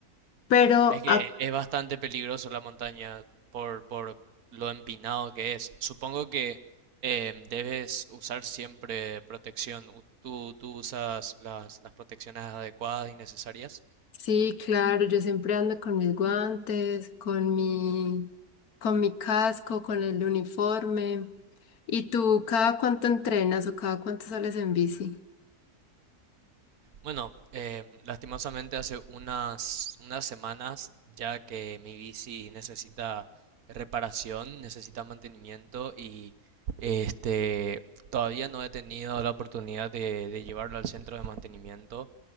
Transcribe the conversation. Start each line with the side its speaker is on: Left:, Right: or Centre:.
Left: Pero
Right: Es que
Left: ah,
Right: es bastante peligroso la montaña por, por lo empinado que es. Supongo que em, debes usar siempre protección. U- ¿Tú, tú usas las, las protecciones adecuadas y necesarias?
Left: sí, claro, yo siempre ando con mis guantes, con mi, con mi casco, con el uniforme. ¿Y tú cada cuánto entrenas o cada cuánto sales en bici?
Right: Bueno, eh, lastimosamente hace unas, unas semanas, ya que mi bici necesita reparación, necesita mantenimiento y este, todavía no he tenido la oportunidad de, de llevarlo al centro de mantenimiento,